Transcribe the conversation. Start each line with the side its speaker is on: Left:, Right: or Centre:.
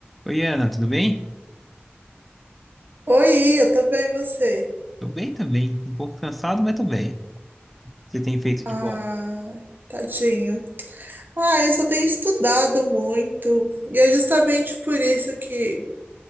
Centre: Oi, Ana, tudo bem?
Right: Oi, eu tô bem, e você?
Centre: Tô bem também. Um pouco cansado, mas tô bem. O que Você tem feito de
Right: Ah,
Centre: bom?
Right: tadinho. Ah, eu só tenho estudado muito. E é justamente por isso que